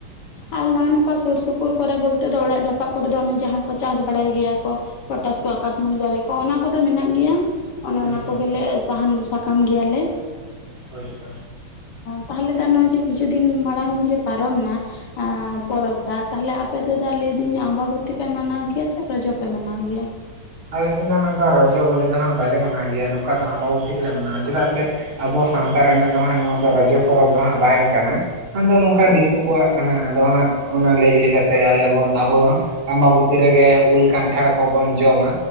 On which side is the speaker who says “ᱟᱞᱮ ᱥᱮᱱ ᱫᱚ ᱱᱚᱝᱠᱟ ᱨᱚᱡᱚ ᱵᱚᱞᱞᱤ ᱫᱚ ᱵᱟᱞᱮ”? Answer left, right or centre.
Right